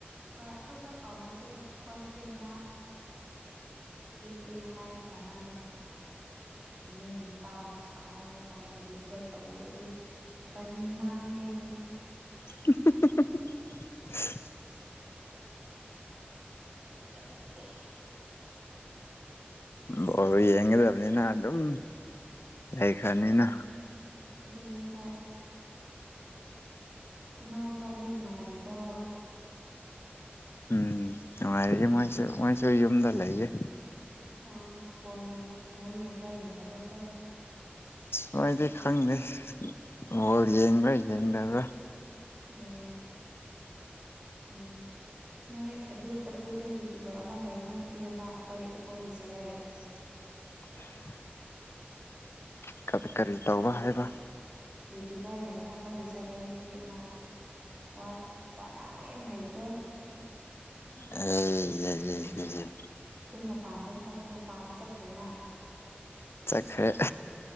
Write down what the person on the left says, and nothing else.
<unintelligible>
ꯕꯣꯜ ꯌꯦꯡꯒꯗꯕꯅꯤꯅ ꯑꯗꯨꯝ ꯂꯩꯈ꯭ꯔꯅꯤꯅ
ꯎꯝ ꯅꯨꯡꯉꯥꯏꯔꯤꯌꯦ ꯃꯣꯏꯁꯨ ꯃꯣꯏꯁꯨ ꯌꯨꯝꯗ ꯂꯩꯌꯦ
ꯃꯣꯏꯗꯤ ꯈꯪꯗꯦ ꯕꯣꯜ ꯌꯦꯡꯕ꯭ꯔꯥ ꯌꯦꯡꯗꯕ꯭ꯔꯥ
<inaudible> ꯀ ꯀꯔꯤ ꯇꯧꯕ ꯍꯥꯏꯕ
ꯑꯦ
ꯆꯠꯈ꯭ꯔꯦ